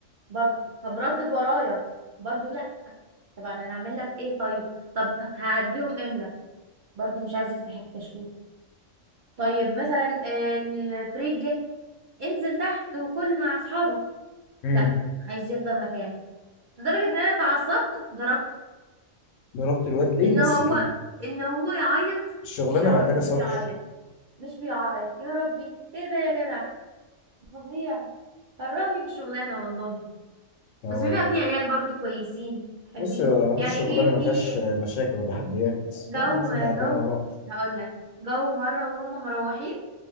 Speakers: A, on the right (about 55°); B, on the left (about 80°).
A: برضه طب ردد ورايا برضه لا طب انا هعمل لك ايه طيب طب هعديهم املا برضه مش عايز يفتح التشويه طيب مثلا البريك جه انزل تحت وكل مع اصحابك
B: امم
A: لا عايز يفضل مكانه لدرجه ان انا اتعصبت ضربته
B: ضربت الواد ليه
A: ان
B: بس
A: هو
B: كده
A: ان هو يعيط
B: الشغلانه
A: مش يعيط
B: محتاجه
A: مش
B: صبر
A: بيعيط مش بيعيط يا ربي ايه ده يا جدع فظيع كرهني في الشغلانه والله
B: اه
A: بس بيبقى في عيال برضه كويسين حلوين
B: بص مفيش
A: يعني
B: شغلانه
A: في
B: ما
A: في
B: فيهاش مشاكل وتحديات
A: جو
B: يعني لازم نعديها
A: جو
B: مع بعض
A: هقول لك جو مرة وهم مروحين